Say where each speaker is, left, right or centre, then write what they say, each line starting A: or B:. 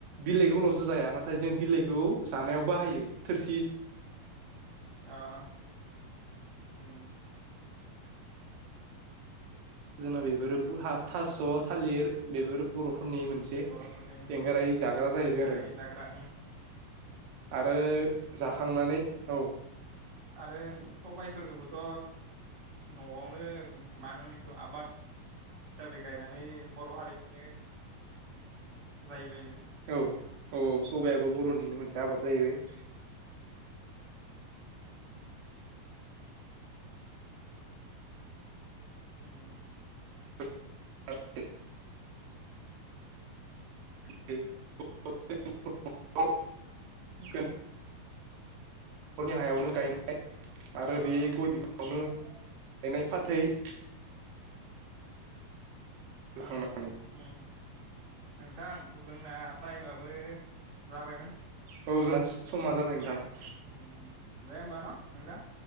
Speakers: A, on the right; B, on the right.
A: बिलाइ खौलवसो जाया नाथा थाय जों बिलाइखौ जानायाव बाहायो। थो
B: आ
A: जोंना बेफोरो बहा थास' थालिर बेफोर बर'फोरनि मोनसे
B: बर'फोरनि
A: एंगारायै जाग्रा जाहैबाय
B: एंगारायै
A: आरो
B: जाग्रा
A: आरो जाखांनानै औ
B: आरो सबायफोरखौबोथ' न'आवनो मानोनिखौ आबाद हिसाबै गायनानै बर' हारिनिनो जाहैबायबो
A: औ औ औ सबायाबो बर'निनो मोनसे आबाद जाहैबाय <inaudible>
B: ओ
A: <inaudible> <inaudible> <inaudible> हायावनो गायनाय आरो
B: अ
A: बे गय बि नो गायनाय फाथै <inaudible>
B: औ
A: लाखांनानै
B: औ नोंथां जोंना टाइमाबो जाबायमोन
A: औ जोंना समा जाबाय नोंथां
B: ओ ओ दे ओमबा न नोंथां